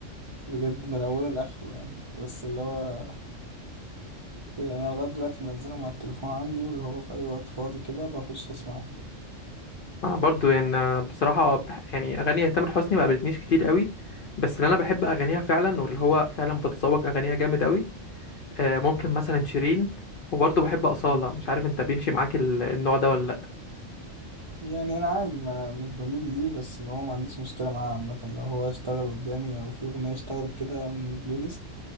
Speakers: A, on the right (about 40°); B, on the left (about 55°).
A: بجد من أوله لآخره يعني بس اللي هو كده يعني أنا لغاية دلوقتي منزلهم على التليفون عندي واللي هو في أي وقت فاضي كده بخش أسمعهم
B: انا برضه يعني آه، بصراحه بح- يعني اغاني تامر حسني ما قابلتنيش كتير قوي بس اللي انا بحب اغانيها فعلا واللي هو فعلا بتذوق اغانيها جامد قوي آه، ممكن مثلا شيرين وبرضه بحب أصالة
A: مم.
B: مش عارف انت بيمشي معاك ال- النوع ده ولا
A: يعني أنا عادي ما مش بميل ليه بس ما هو ما عنديش مشكلة معاه عامة لو هو اشتغل قدامي أو في أغنية اشتغلت كده من البلاي ليست